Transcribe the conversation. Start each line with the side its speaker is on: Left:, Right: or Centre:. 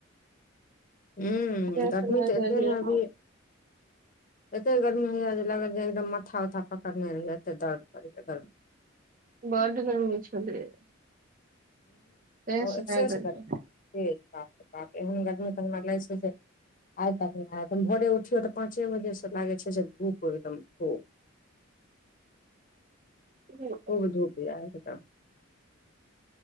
Left: ह
Right: तैं से
Left: गर्मी
Right: नहि
Left: तऽ
Right: गेलियै
Left: एते ने अभी
Right: हम
Left: एते गर्मी होया जे लागतजे एकदम माथा उथा पकड़ने रहहिया एते दर्द करै गरमी
Right: बड गर्मी छलै तैं से
Left: एक्सेस
Right: नहि गेलियै
Left: गरमी हमरा लागय छै जे आइ तकम भोरे उठियो तऽ पाँचे बजे से लागे छै जे धूप एकदम खूब
Right: हूँ
Left: खूब धूप यार एकटा